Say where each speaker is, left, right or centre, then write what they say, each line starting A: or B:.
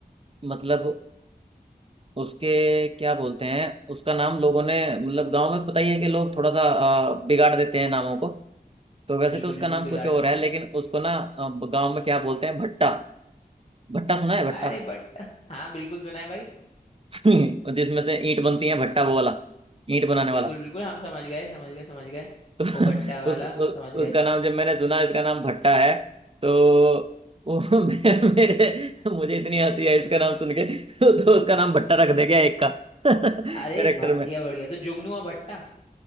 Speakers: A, on the right; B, on the left.
A: मतलब उसके क्या बोलते हैं उसका नाम लोगों ने मतलब गांव में पता ही है कि लोग थोड़ा सा अ, बिगाड़ देते हैं नामों को तो वैसे
B: बिल्कुल
A: तो उसका
B: बिल्कुल
A: नाम
B: बिगाड़
A: कुछ और
B: देते
A: है
B: हैं
A: लेकिन उसको ना गांव में क्या बोलते हैं भट्टा भट्टा सुना है भट्टा
B: अरे बट हाँ बिल्कुल सुना है भाई
A: <laughs> जिसमें से ईंट बनती है भट्टा वो वाला ईंट बनाने
B: बिल्कुल
A: वाला
B: बिल्कुल हम समझ गए समझ गए समझ गए
A: तो <laughs>
B: वो भट्टा वाला
A: उस उ,
B: समझ गए
A: उसका नाम जब मैंने सुना इसका नाम भट्टा है तो वो <laughs> मे- मेरे मुझे इतनी हंसी आई उसका नाम सुन के <laughs> तो उसका नाम भट्टा रख दे गया एक का <laughs> कैरेक्टर
B: अरे भ-
A: में।
B: ये बढ़िया तो जुगनू और भट्टा